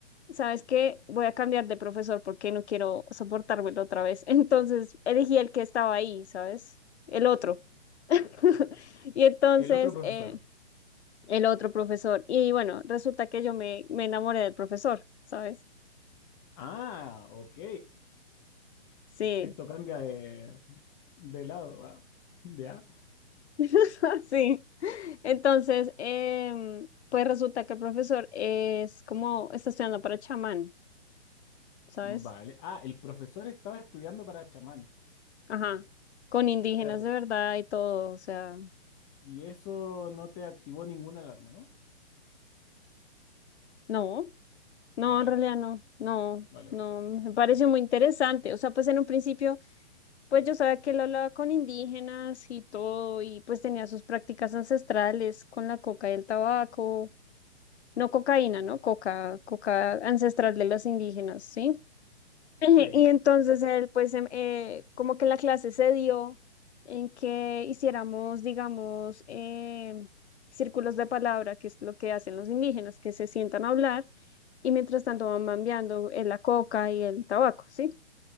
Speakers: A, on the left (about 75°); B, on the left (about 20°).
A: ¿sabes qué? Voy a cambiar de profesor porque no quiero soportármelo otra vez. <laughs> Entonces elegí el que estaba ahí, ¿sabes? El otro. <laughs> Y entonces
B: el otro profesor.
A: eh, el otro profesor. Y bueno, resulta que yo me, me enamoré del profesor, ¿sabes?
B: Ah, ok.
A: Sí,
B: Esto cambia de, de lado, ¿ah? ¿Ya?
A: <laughs> sí. Entonces, em, pues resulta que el profesor es como, está estudiando para chamán, ¿sabes?
B: Vale. Ah, el profesor estaba estudiando para chamán.
A: Ajá. Con indígenas
B: Espérate.
A: de verdad y todo, o sea,
B: Y eso no te activó ninguna alarma, ¿no?
A: no. No,
B: Vale,
A: en realidad no, no,
B: vale,
A: no,
B: vale.
A: me parece muy interesante. O sea, pues en un principio, pues yo sabía que él hablaba con indígenas y todo, y pues tenía sus prácticas ancestrales con la coca y el tabaco, no cocaína, ¿no? Coca, coca ancestral de los indígenas, ¿sí? <laughs> Y
B: Sí,
A: entonces él, pues em- eh, como que la clase se dio en que hiciéramos, digamos, eh, círculos de palabra, que es lo que hacen los indígenas, que se sientan a hablar y mientras tanto van cambiando eh, la coca y el tabaco, ¿sí?